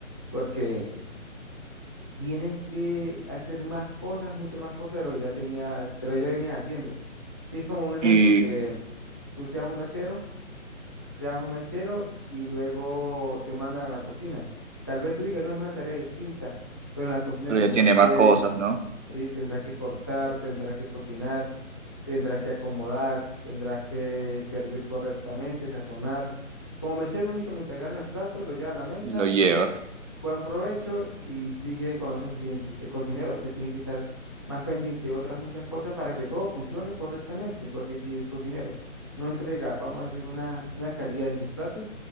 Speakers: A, on the left; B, on the right.
A: porque tienes que hacer más cosas, muchas más cosas de lo que ya tenía, de lo que ya venías haciendo. Si es como un ejemplo
B: Y
A: que tú seas un mesero seas un mesero y luego te mandan a la cocina. Tal vez tú digas, no es una tarea distinta, pero en la cocina
B: pero
A: tendrás
B: ya tiene
A: que,
B: más cosas, ¿no?
A: sí, tendrás que cortar, tendrás que cocinar, tendrás que acomodar, tendrás que servir correctamente, sazonar. Como mesero únicamente agarras el plato, lo llevas a la mesa
B: Y lo llevas.
A: buen provecho y sigue con otros clientes. El cocinero pues tiene que estar más pendiente de otras muchas cosas para que todo funcione correctamente, porque si el cocinero no entrega, vamos a decir, una, una calidad en sus platos,